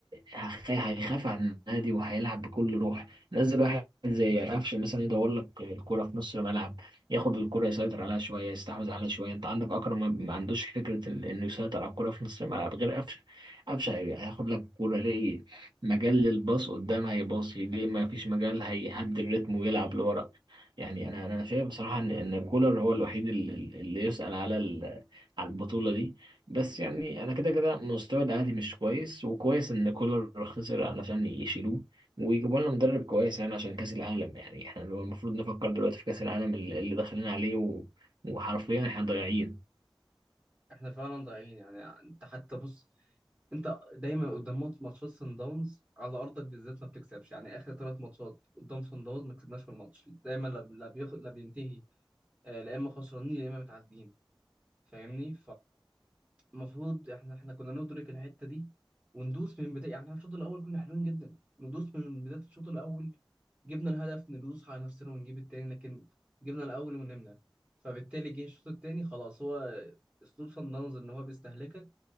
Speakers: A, on the right; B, on the right.
A: هخ- هيخاف على النادي وهيلعب بكل روح نزل واحد زي قفشه مثلا يدور لك الكرة في نص الملعب ياخد الكرة يسيطر عليها شوية يستحوذ عليها شوية انت عندك اكرم ما ما عندوش فكرة ال- انه يسيطر على الكرة في نص الملعب غير قفشه قفشه هي- هياخد لك الكرة يلاقي مجال للباص قدام هيباصي ليه ما فيش مجال هيهدي الريتم ويلعب لورا يعني انا انا شايف بصراحة ان ان كولر هو الوحيد ال- ال- اللي يسأل على ال- على البطولة دي بس يعني انا كده كده مستوى الاهلي مش كويس وكويس ان كولر خسر علشان يشيلوه ويجيبوا لنا مدرب كويس يعني عشان كاس العالم يعني احنا لو المفروض نفكر دلوقتي في كاس العالم اللي اللي داخلين عليه و... وحرفيا احنا ضايعين
B: احنا فعلا ضايعين يعني انت حتى بص انت دايما قدام مات- ماتشات سان داونز على ارضك بالذات ما بتكسبش يعني اخر ثلاث ماتشات قدام سان داونز ما كسبناش في الماتش دايما لا لا بيخ... لا بينتهي آه، لا اما خسرانين يا اما متعادلين فاهمني فالمفروض احنا احنا كنا ندرك الحته دي وندوس من بدايه يعني احنا الشوط الاول كنا حلوين جدا ندوس من بدايه الشوط الاول جبنا الهدف ندوس على نفسنا ونجيب التاني لكن جبنا الاول ونمنا فبالتالي جه الشوط التاني خلاص هو اسلوب صن داونز ان هو بيستهلكك